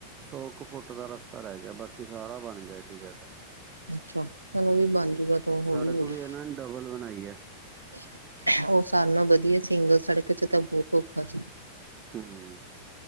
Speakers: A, on the right; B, on the right.
A: ਸੌ ਇੱਕ ਫੁੱਟ ਦਾ ਰਸਤਾ ਰਹਿ ਗਿਆ ਬਾਕੀ ਸਾਰਾ ਬਣ ਗਿਆ ਏ ਟੂ ਜੈੱਡ।
B: ਅੱਛਾ ਚਲੋ ਵੀ ਬਣ ਜਾਊਗਾ ਤੂੰ ਹੌਲੀ
A: ਸੜਕ
B: ਹੌਲੀ
A: ਵੀ ਇਹਨਾਂ ਨੇ ਡਬਲ ਬਣਾਈ ਐ।
B: ਉਹ ਸਾਲ ਨਾਲ ਵਧੀਆ ਸਿੰਗਲ ਸੜਕ ਚ ਤਾਂ ਬਹੁਤ ਔਖਾ ਸੀ।
A: ਹਮ